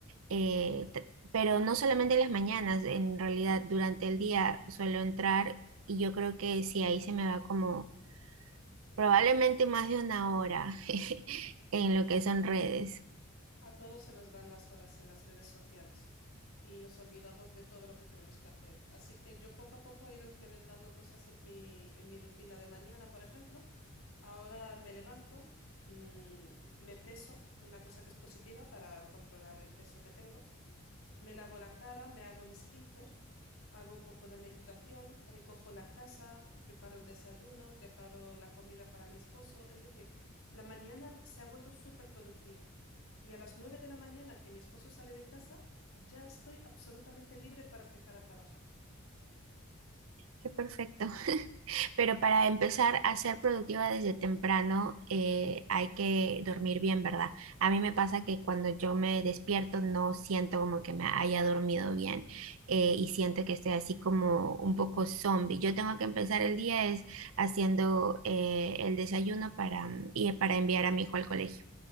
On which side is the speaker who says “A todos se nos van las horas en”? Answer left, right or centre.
Left